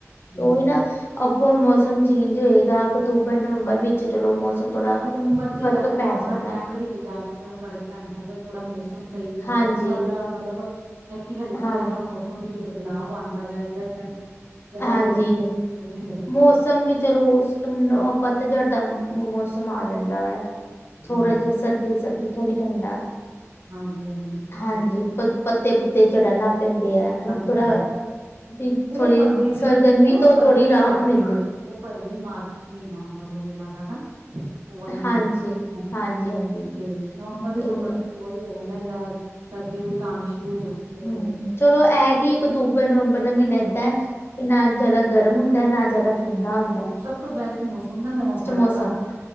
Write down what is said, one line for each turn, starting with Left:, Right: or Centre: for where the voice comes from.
Right: ਹਮ
Left: ਉਹੀ ਨਾ, ਅੱਗੋਂ ਹੁਣ ਮੌਸਮ ਚੇਂਜ ਹੋਏਗਾ ਅਕਤੂਬਰ ਨਵੰਬਰ ਵਿੱ ਚ, ਚਲੋ ਮੌਸਮ ਥੋੜਾ
Right: ਨਵੰਬਰ ਚ
Left: ਫ਼ਰਕ
Right: ਜਾ ਕੇ,
Left: ਪੈ
Right: ਨਵੰਬਰ
Left: ਜਾਂਦਾ
Right: ਐਂਡ
Left: ਹੈ।
Right: ਵਿੱਚ ਜਾ ਕੇ ਥੋੜਾ ਫਰਕ ਪੈਂਦਾ ਵੈ, ਥੋੜਾ ਮੌਸ ਮ ਸਹੀ ਹੁੰਦਾ,
Left: ਹਾਂਜੀ
Right: ਥੋੜਾ ਜਿਹਾ ਮਤਲਬ, ਐ ਕੀ ਹਲਕੀ
Left: ਹਾਂ
Right: ਹਲਕਾ ਮੌਸਮ ਦੀ ਬਦਲਾਵ ਆਂਦਾ ਵੈਆ ਐ, ਬਟ ਜਿਆਦਾ
Left: ਹਾਂਜੀ
Right: ਗਰਮੀ ਬੜੀ ਹੁੰਦੀ, ਓ ਨੀ ਲੱਗਦੀ
Left: ਮੌਸਮ
Right: ਓਦੇ ਵਿੱਚ।
Left: ਵੀ ਚਲੋ ਉਸ ਟਮ-ਅ ਪਤਝੜ ਦਾ ਮੌਸਮ ਆ ਜਾਂਦਾ ਵੈ। ਥੋੜਾ
Right: ਹਾਂਜੀ
Left: ਜਿਆ ਸਰਦੀ ਸਰਦੀ, ਠੰਡੀ ਠੰਡਾ।
Right: ਹਾਂਜੀ ਹਾਂਜੀ ਬਿਲਕੁਲ
Left: ਹਾਂਜੀ ਪਤ ਪੱਤੇ ਪੁੱਤੇ ਚੜਨ ਲੱਗ ਪੈਂਦੇ ਆ। ਮਤ-ਥੋੜਾ,
Right: ਹਾਂਜੀ
Left: ਵੀ
Right: ਉਹ
Left: ਥੋੜੀ
Right: ਫਰਵਰੀ ਦੇ
Left: ਸਰ
Right: ਵਿੱਚ ਉਹ
Left: ਗਰਮੀ
Right: ਨਾ
Left: ਤੋਂ
Right: ਫਰਵਰੀ
Left: ਥੋੜੀ ਰਾਹਤ‌
Right: ਮਾਰਚ
Left: ਮਿਲਦੀ।
Right: ਵਿੱਚ ਉਹ ਫਰਵਰੀ ਮਾਰਚ ਵਿੱਚ ਮਹੀਨਾ ਹੁੰਦਾ, ਬੋਲੋ ਜਿਆਦਾ ਨਾ ਉਹ ਵਾਲਾ ਮੀਨਾ,
Left: ਹਾਂਜੀ।
Right: ਹਾਂਜੀ।
Left: ਹਾਂਜੀ
Right: ਤੇ ਨਵੰਬਰ ਦਸੰਬਰ
Left: ਇਹ
Right: ਵੀ <unintelligible> ਸਰਦੀ ਰੁੱਤ ਆਣੀ ਸ਼ੁਰੂ ਹੋ ਜਾਂਦੀ ਐ ਬਸ
Left: ਹੂੰ
Right: ਓਦੋਂ ਤੋਂ
Left: ਚਲੋ ਐਹ ਐ ਕੀ ਅਕਤੂਬਰ ਨਵੰਬਰ ਦਾ ਮਹੀਨਾ ਏਦਾਂ ਐ, ਵੀ ਨਾ ਜਾਦਾ ਗਰਮ ਹੁੰਦੈ, ਨਾ ਜਿਆਦਾ ਠੰਡਾ ਹੁੰ
Right: ਹਮ ਸਭ ਤੋਂ ਬੈਸਟ ਮੌਸਮ ਨਾ ਨਵੰਬਰ
Left: ਮੌਸਮ
Right: ਵਾਲਾ ਹੋਂਦਾ ਐ।